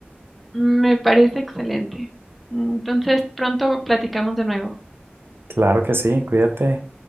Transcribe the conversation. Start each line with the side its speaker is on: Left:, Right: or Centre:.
Centre: me parece excelente. Entonces, pronto platicamos de nuevo.
Right: Claro que sí, cuídate.